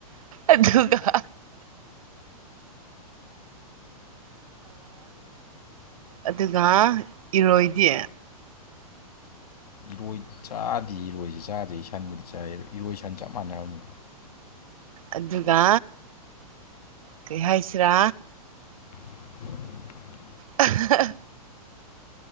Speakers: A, on the right; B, on the left.
A: ꯑꯗꯨꯒ ꯑꯗꯨꯒꯒ ꯑꯗꯨꯒ ꯏꯔꯣꯏꯗꯤ
B: ꯏꯔꯣꯏ ꯆꯥꯗꯤ ꯏꯔꯣꯏꯁꯤ ꯆꯥꯗꯦ ꯁꯟꯕꯨꯗꯤ ꯆꯥꯏ ꯏꯔꯣꯏ ꯁꯟ ꯆꯞ ꯃꯥꯟꯅꯝꯃꯤ
A: ꯑꯗꯨꯒ ꯀꯩ ꯍꯥꯏꯁꯤꯔꯥ
B: ꯐ
A: ꯑ <unintelligible>